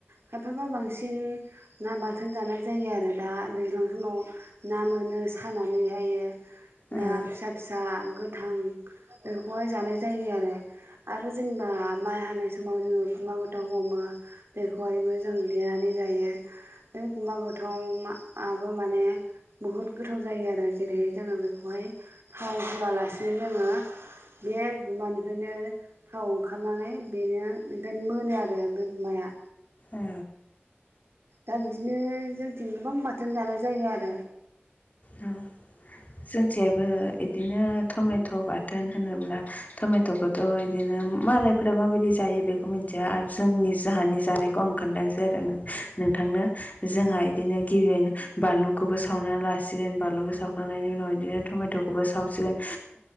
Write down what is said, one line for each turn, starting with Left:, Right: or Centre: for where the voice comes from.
Right: खायफाबा बांसिन ना बाथोन जानाय जायो आरो दा दैज्लां समाव ना मोनो सानानैहाय
Left: औ
Right: ना फिसा फिसा। गोथां बेखौहाय जानाय जायो आरो। आरो जेनेबा माइ हानाय समाव जोङो समाव गोथाव हमो बेखौहायबो जों देनानै जायो। जायो बे गुमा गोथावाबो माने बुहुत गोथाव जायो आरो जेरै जों बेखौहाय थाव होआ लासेनो जोङो बे गुमानिफ्रायनो थाव ओंखारनानै बेनो बेबायनो मोनो आरो बे गुमाया
Left: ए।
Right: दा बिदिनो जोंथिं गोबां बाथोन जानाय जायो आरो।
Left: होम। जोंनिथिंहायाबो बिदिनो टमेट' बाथोन होनोब्ला टमेट'खौथ' बिदिनो मालायफोरा माबायदि जायो बेखौ मिथिया आरो जोंनि जोंहानि जानायखौ आं खोन्थासै आरो ना? नोंथांनो जोंहा बिदिनो गिबियैनो बानलुखौबो सावनानै लााय सिगोन बानलुखौ सावखांनायनि उनाव बिदिनो टमेट'खौबो सावसिगोन